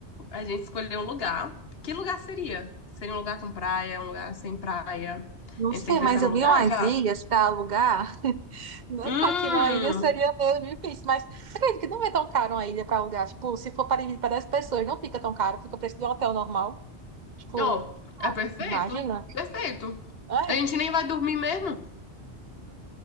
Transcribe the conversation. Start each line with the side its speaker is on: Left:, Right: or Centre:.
Left: a gente escolheu um lugar. Que lugar seria? Seria um lugar com praia, um lugar sem praia?
Right: Não
Left: A gente
Right: sei,
Left: tem que
Right: mas
Left: pensar no
Right: eu
Left: lugar
Right: vi umas
Left: já.
Right: ilhas pra alugar. <laughs> Não
Left: Hum,
Right: é claro que uma ilha seria meio difícil, mas você acredita que não é tão caro uma ilha pra alugar? Tipo, se for para dividir para 10 pessoas, não fica tão caro, fica o preço de um hotel normal. Tipo,
Left: ó, é perfeito,
Right: imagina.
Left: perfeito.
Right: É,
Left: A gente nem vai dormir mesmo.